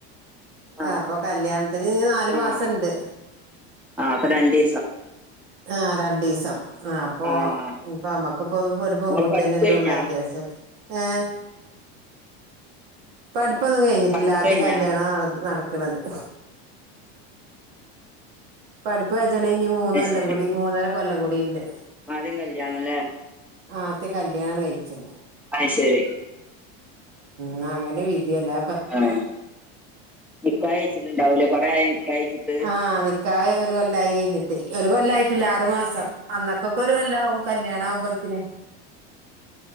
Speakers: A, in the centre; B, on the right.
A: ആഹ്
B: അപ്പൊ കല്യാണത്തിന് ഇനി നാലു മാസം
A: ആഹ്
B: ഇണ്ട്
A: ആഹ് അപ്പൊ രണ്ടീസം
B: ആഹ് രണ്ടീസം ആഹ് അപ്പൊ
A: ആഹ്
B: ഇന്നി നമ്മക്കിപ്പം ഒരു പെൺകുട്ടിയന്നല്ലേ
A: ഓള് പഠിപ്പ് കഴിഞ്ഞാ
B: ഒള്ളു അത്യാവശ്യം ഒക് ഏഹ് പഠിപ്പോന്നും കഴിഞ്ഞിട്ടില്ല
A: പഠിപ്പ്
B: ആത്യം
A: കഴിഞ്ഞാ
B: കല്ലിയാണം നടന് നടക്ക്ണത് പഠിപ്പ് കജനങ്കി മുന്ന്കൊല്ലംകുടി
A: അയ്ശരി
B: മൂന്നരകൊല്ലംകുടി ഇണ്ട്
A: ആദ്യം കല്ലിയാണം ല്ലേ
B: ആത്യം കല്ലിയാണം കഴിച്ചാന
A: അയി ശെരി
B: ഉം അങ്ങനെ വിധി അല്ലെ
A: ആഹ് നിക്കാഹ് കഴിച്ചിട്ടുണ്ടാവുല്ലെ കൊറെയായോ നിക്കാഹ്കയിച്ചിട്ട്
B: ആ നിക്കാഹ് ഒരുകൊല്ലമായികഴിഞ്ഞിട്ട് ഒരുകൊല്ലമായിട്ടില്ല ആറുമാസം അന്നക്കൊക്കെ ഒരുകൊല്ലാവും കല്യാണ ആവുമ്പോത്തിന്